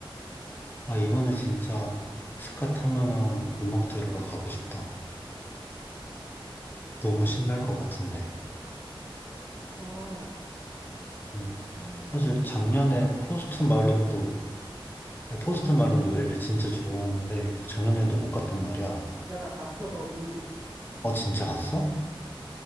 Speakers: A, on the left; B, on the right.
A: 아, 이번에 진짜 스카 타면은 음악 들으러 가고 싶다. 너무 신날 것 같은데.
B: 가,
A: 음,
B: 음,
A: 사실
B: 가.
A: 작년에 포스트 말론도, 네, 포스트 말론 노래를 진짜 좋아하는데, 그 작년에도 못 갔단 말이야.
B: 야, 나 갔어, 거기.
A: 어, 진짜 갔어?